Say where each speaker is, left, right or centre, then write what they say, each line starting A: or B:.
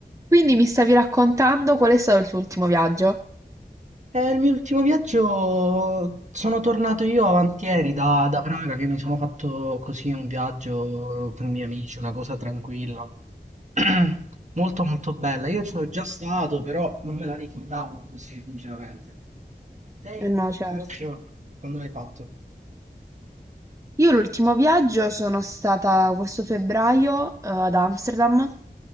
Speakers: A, on the right (about 20°); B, on the right (about 45°).
A: Quindi mi stavi raccontando qual è stato il tuo ultimo viaggio?
B: Eh, il mio ultimo viaggio sono tornato io avanti ieri da, da Praga che mi sono fatto così un viaggio con i miei amici, una cosa tranquilla. <clears throat> Molto molto bella. Io ci sono già stato, però non me la ricordavo così, sinceramente. Te invece,
A: Eh no,
B: il
A: certo.
B: tuo viaggio, quando l'hai fatto?
A: Io l'ultimo viaggio sono stata questo febbraio, eh, ad Amsterdam.